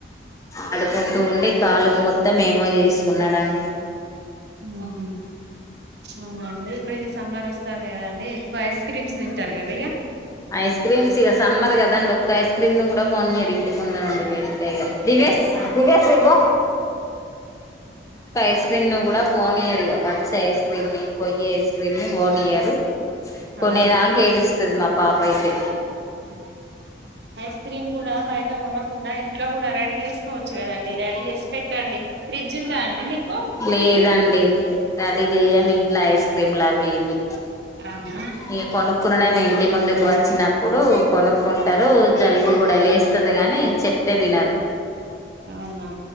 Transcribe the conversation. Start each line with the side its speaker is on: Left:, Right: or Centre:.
Left: ఆడుకుంటూ ఉండి కాలుకు మొత్తం ఏమో చేసుకున్నాడండి
Right: ఊహు అవున అండీ ఇప్పటికే సమ్మర్ వస్తంది కద అండి ఎకువ ఐస్ క్రీమ్స్ తింటారు కదా ఇక
Left: ఐస్ క్రీమ్ ఇగ సమ్మర్ కదండి ఒక్క ఐస్ క్రీమ్ ను కూడా పోనియారు ఇంటి ముందు నుండి వెళ్తే ఇగ దివేస్
Right: ఆ
Left: దివ్య శ్రీ వా ఒక ఐస్ క్రీమ్ ను కూడా పోనీయ్యరు ఇగ వచ్చె ఐస్ క్రీమ్ ని పొయ్యే ఐస్ క్రీమ్ ని పోనియరు కొనేదాక
Right: అవును
Left: ఏడుస్తది మా పాప అయితే
Right: ఊ ఐస్ క్రీమ్ కూడా బయట కొనం కుండా ఇంట్లో కూడా రెడీ చేసుకోవచ్చు కదండి రెడీ చేసి పెట్టండి ఫ్రిడ్జ్ ఉందా అండి నీకు
Left: లేదండి రెడీ చెయ్యం ఇంట్ల ఐస్ క్రీమ్లు అవి ఇవి
Right: అవున
Left: ఇగ కొనుక్కుడమి ఇంటి ముందుకు వచ్చినప్పుడు కొనుక్కుంటారు జలుబు కూడా లేస్తది తే గాని చెప్తే వినరు
Right: ఆవునా